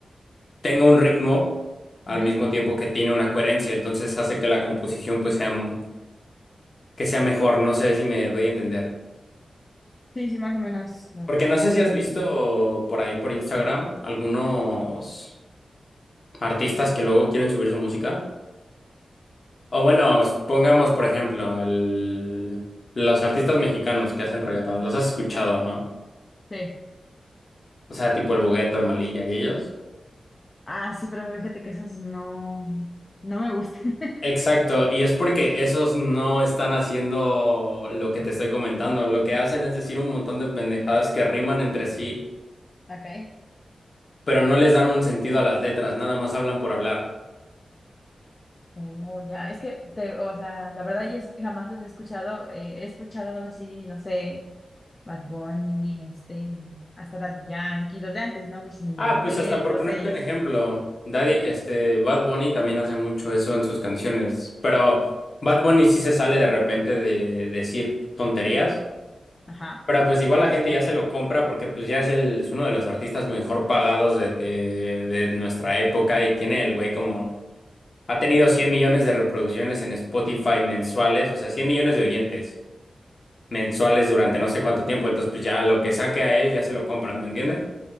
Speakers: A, on the left; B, on the left.
A: tenga un ritmo al
B: Ujú.
A: mismo tiempo que tiene una coherencia. Entonces hace que la composición pues sea m- que sea mejor. No sé si me doy a entender.
B: Sí, sí, más o menos. No,
A: Porque no sé
B: estoy
A: si has visto
B: entendiendo.
A: por ahí por Instagram algunos artistas que luego quieren subir su música. O bueno, pongamos por ejemplo el, los artistas mexicanos que hacen reggaetón, los has escuchado, ¿no?
B: Sí.
A: O sea, tipo el Bogueto, el Malilla y ellos.
B: Ah, sí, pero fíjate que esas no, no me gustan.
A: Exacto, y es porque esos no están haciendo lo que te estoy comentando. Lo que hacen es decir un montón de pendejadas que riman entre sí,
B: <laughs> Ok.
A: pero no les dan un sentido a las letras, nada más hablan por hablar.
B: Oh, ya, es que, te, o sea, la verdad yo jamás los he escuchado, eh, he escuchado más así, no sé, Bad Bunny, este, hasta Daddy Yankee, los de antes, ¿no? Wisin y
A: Ah,
B: Yandel,
A: pues hasta por
B: todos
A: ponerte
B: ellos,
A: un ejemplo, Daddy, este, Bad Bunny también hace mucho eso en sus canciones, pero Bad Bunny sí se sale de repente de decir tonterías.
B: ajá,
A: Pero pues igual la gente ya se lo compra porque pues ya es, el, es uno de los artistas mejor pagados de, de, de nuestra época y tiene el güey como... Ha tenido cien millones de reproducciones en Spotify mensuales, o sea, 100 millones de oyentes mensuales durante no sé cuánto tiempo, entonces pues ya lo que saque a él ya se lo compran, ¿me entiendes?